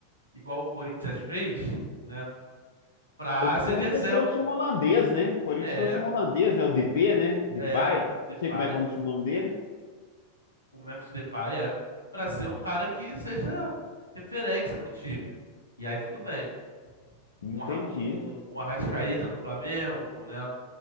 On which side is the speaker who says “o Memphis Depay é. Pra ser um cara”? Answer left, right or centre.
Left